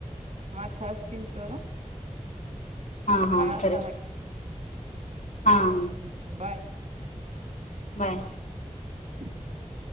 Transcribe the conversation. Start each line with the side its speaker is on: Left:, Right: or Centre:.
Right: ಮತ್ತ್ ಹಚ್ತೀನಿ ತಗುರಿ
Left: ಹಾಂ ಹಾಂ
Right: ಹ ಆತಾರ
Left: ಸರಿ ಹಾಂ
Right: ಹ ಬಾಯ್
Left: ಬಾಯ್
Right: <unintelligible>